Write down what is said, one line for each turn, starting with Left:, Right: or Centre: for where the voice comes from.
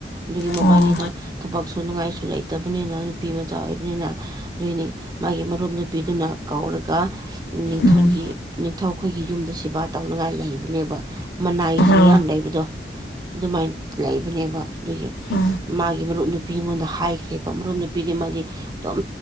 Right: ꯗꯨꯒꯤ ꯃꯕꯥꯟꯅꯤꯗꯣ
Left: ꯑꯣ
Right: ꯊꯕꯛ ꯁꯨꯅꯉꯥꯏꯁꯨ ꯂꯩꯇꯕꯅꯤꯅ ꯅꯨꯄꯤ ꯃꯆꯥ ꯑꯣꯏꯕꯅꯤꯅ ꯗꯨꯏꯅꯤ ꯃꯥꯒꯤ ꯃꯔꯨꯞ ꯅꯨꯄꯤꯗꯨꯅ ꯀꯧꯔꯒ ꯅꯤꯡꯊꯧꯒꯤ
Left: ꯎꯝ
Right: ꯅꯤꯡꯊꯧꯈꯣꯏꯒꯤ ꯌꯨꯝꯗ ꯁꯦꯕꯥ ꯇꯧꯅꯉꯥꯏ ꯂꯩꯕꯅꯦꯕ꯫ ꯃꯅꯥꯏꯁꯤꯡ
Left: ꯑꯥ
Right: ꯌꯥꯝ ꯂꯩꯕꯗꯣ ꯑꯗꯨꯃꯥꯏꯅ ꯂꯩꯕꯅꯦꯕ ꯑꯗꯨꯒꯤ
Left: ꯑꯥ
Right: ꯃꯥꯒꯤ ꯃꯔꯨꯞ ꯅꯨꯄꯤꯉꯣꯟꯗ ꯍꯥꯏꯈ꯭ꯔꯦꯕ ꯃꯔꯨꯞ ꯅꯨꯄꯤꯗꯤ ꯃꯥꯗꯤ ꯗꯣꯝ